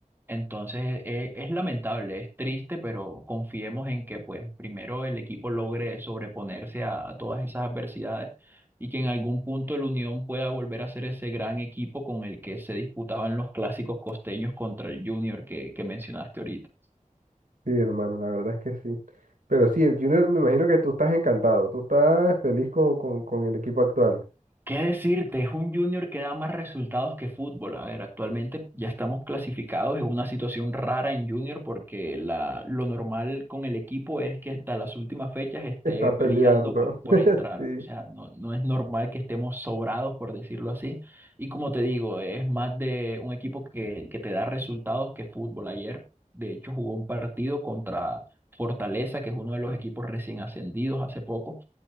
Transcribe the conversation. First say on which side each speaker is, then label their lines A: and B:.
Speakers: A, on the right (about 15°); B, on the right (about 85°).
A: Entonces e- es, lamentable, es triste, pero confiemos en que pues primero el equipo logre sobreponerse a, a todas esas adversidades y que en algún punto el Unión pueda volver a ser ese gran equipo con el que se disputaban los clásicos costeños contra el Junior que, que mencionaste ahorita.
B: Sí, hermano, la verdad es que sí. Pero sí, el Junior, me imagino que tú estás encantado, tú estás feliz con, con, con el equipo actual.
A: ¿Qué decirte? Es un junior que da más resultados que fútbol. A ver, actualmente ya estamos clasificados. Es una situación rara en junior porque la, lo normal con el equipo es que hasta las últimas fechas esté
B: Está peleando.
A: peleando por, por
B: <laughs>
A: entrar.
B: Sí.
A: O sea, no, no es normal que estemos sobrados, por decirlo así. Y como te digo, es más de un equipo que, que te da resultados que fútbol. Ayer, de hecho, jugó un partido contra Fortaleza, que es uno de los equipos recién ascendidos hace poco